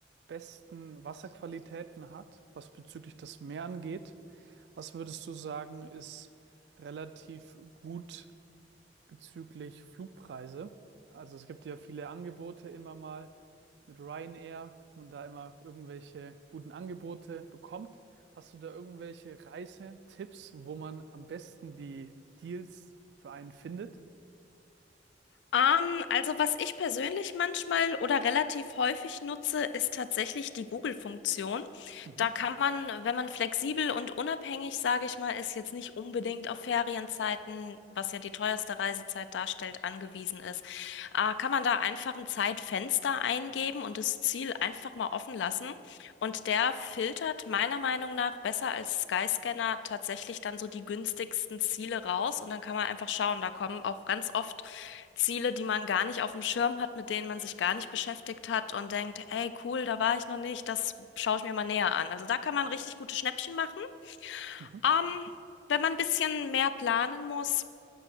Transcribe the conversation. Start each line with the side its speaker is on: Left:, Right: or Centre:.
Right: besten Wasserqualitäten hat, was bezüglich das Meer angeht. Was würdest du sagen, ist relativ gut? bezüglich Flugpreise. Also es gibt ja viele Angebote immer mal mit Ryanair, dass man da immer irgendwelche guten Angebote bekommt. Hast du da irgendwelche Reisetipps, wo man am besten die Deals für einen findet?
Left: Ähm, also was ich persönlich manchmal oder relativ häufig nutze, ist tatsächlich die Google-Funktion.
Right: Mhm.
Left: Da kann man, wenn man flexibel und unabhängig, sage ich mal, ist jetzt nicht unbedingt auf Ferienzeiten, was ja die teuerste Reisezeit darstellt, angewiesen ist, äh, kann man da einfach ein Zeitfenster eingeben und das Ziel einfach mal offen lassen. Und der filtert meiner Meinung nach besser als Skyscanner tatsächlich dann so die günstigsten Ziele raus. Und dann kann man einfach schauen, da kommen auch ganz oft Ziele, die man gar nicht auf dem Schirm hat, mit denen man sich gar nicht beschäftigt hat und denkt, ey, cool, da war ich noch nicht, das schaue ich mir mal näher an. Also da kann man richtig gute Schnäppchen machen.
Right: Mhm.
Left: Ähm, wenn man ein bisschen mehr planen muss,